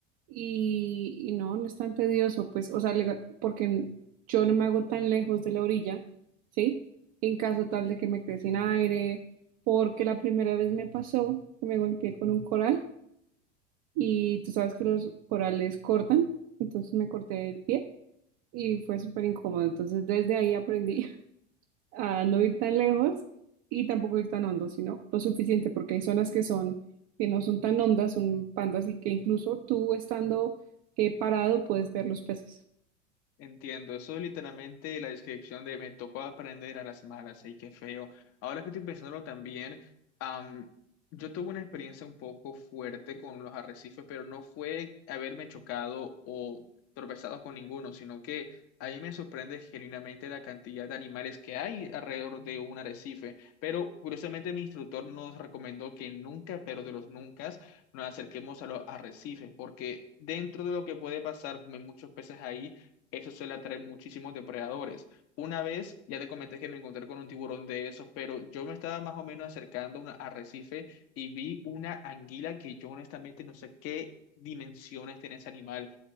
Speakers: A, on the right (about 40°); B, on the left (about 40°).
A: y, y no, no es tan tedioso, pues, o sea, le- porque yo no me hago tan lejos de la orilla, ¿sí? En caso tal de que me quede sin aire, porque la primera vez me pasó que me golpeé con un coral y tú sabes que los corales cortan, entonces me corté el pie y fue súper incómodo. Entonces, desde ahí aprendí <laughs> a no ir tan lejos y tampoco ir tan hondo, sino lo suficiente, porque hay zonas que son, que no son tan hondas, son pandas y que incluso tú estando eh, parado puedes ver los peces.
B: Entiendo, eso es literalmente la descripción de me tocó aprender a las malas, y qué feo. Ahora que estoy pensándolo también, am, yo tuve una experiencia un poco fuerte con los arrecifes, pero no fue haberme chocado o tropezado con ninguno, sino que a mí me sorprende genuinamente la cantidad de animales que hay alrededor de un arrecife. Pero curiosamente mi instructor nos recomendó que nunca, pero de los nunca, nos acerquemos a los arrecifes, porque dentro de lo que puede pasar, como hay muchos peces ahí, eso suele atraer muchísimos depredadores. Una vez, ya te comenté que me encontré con un tiburón de esos, pero yo me estaba más o menos acercando a un arrecife y vi una anguila que yo honestamente no sé qué dimensiones tiene ese animal.